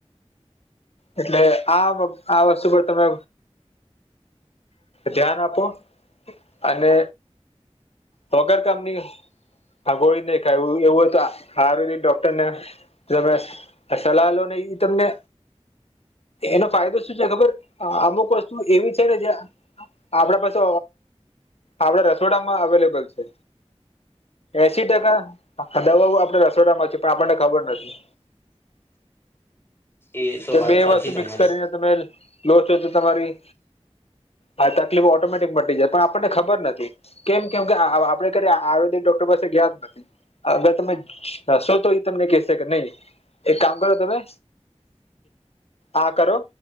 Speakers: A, on the left; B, on the left.
A: એટલે આ આ વસ્તુ પણ તમે ધ્યાન આપો અને વગર કામની હ ગોળી નહી ખાવી એવું હોય તો આયુર્વેદિક ડોક્ટર ને જ્યારે તમે સલાહ લો ની તમને એનો ફાયદો શું છે ખબર અમુક વસ્તુ એવી છે ને જે આપડા પાસે આપડા રસોડામાં અવેલેબલ છે. એસી ટકા દવાઓ આપણા રસોડામાં છે પણ આપણે ખબર નથી.
B: એ
A: તો
B: વાત
A: બે
B: સાચી
A: વસ્તુ
B: તમારી
A: મિક્સ કરીને તમે લો છો તો તમારી હા તકલીફ ઓટોમેટિક મટી જાય પણ આપણને ખબર નથી. કેમ કે આપડે ક આયુર્વેદિક ડોક્ટર પાસે ગયા જ નથી. અગર તમે જશો તો એ તમને કેશે કે નહી એક કામ કરો તમે આ કરો